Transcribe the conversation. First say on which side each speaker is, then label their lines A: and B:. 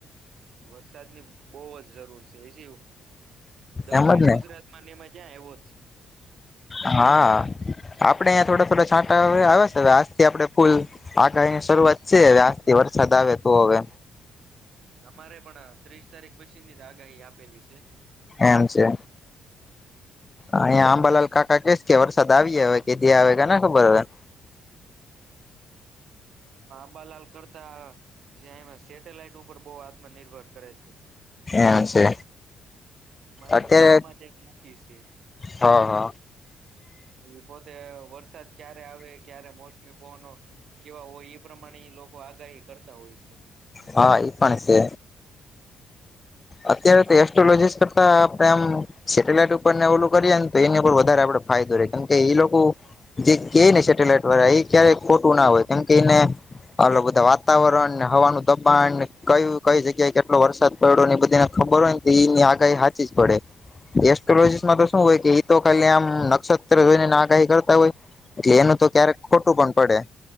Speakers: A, on the right; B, on the left.
A: હમ વરસાદની બોવ જ જરૂર છે, એજીવું દક્ષિણ
B: એમ જ ને
A: ગુજરાતમાં ને નેમા જયા આયવો
B: હા આપડે અહયા થોડા થોડા છાટ ટા અવે આવે છે, આજથી આપણે ફૂલ આગાહીની શરૂઆત છે, હવે આજથી વરસાદ આવે તો હવે
A: અમારે પણ ત્રીસ તારીખ પછીની આગાહી આપેલી છે.
B: એમ છે. અહીંયા આંબાલાલ કાકા કેસ કે વરસાદ આવીએ હવે કેદી આવે કેને ખબર
A: અંબાલાલ કરતા જ્યામાં સેટેલાઈટ ઉપર બો આત્મનિર્ભર કરે
B: એમ છે.
A: મારા
B: અત્યારે
A: એક ગામમાંથી એક મુખી છે,
B: હ હ
A: એ પોત તે વરસાદ ક્યારે આવે ક્યારે મોસમી પવનો કેવા હોય એ પ્રમાણે લો કો આગાહી કરતા હોય છે.
B: હા એ પણ છે. અત્યારે તો એસ્ટ્રોલોજીસ કરતા આપડે આમ સેટેલાઈટ ઉપર ને ઓલું કરીએે ન તો એની ઉપર વધારે આપડે ફાયદો રહેે કેમકે એ લોકો જે ક ને સેટેલાઈટ વાળા એ ક્યારે ખોટું ના હોય કેમકે એને હલો બધા વાતાવરણ હવાનું દબાણ કયું કઈ જગ્યાએ કેટલો વરસાદ પડ્યો બધ તેને ખબર હોય ને તો એની આગાહી હાચી જ પડે. એસ્ટ્રોલોજીસમાં તો શું હોય કે એ તો ખાલી આમ નક્ષત્ર જોઈને આગાહી કરતા હોય. એટલે એનું તો ક્યારેક ખોટું પણ પડે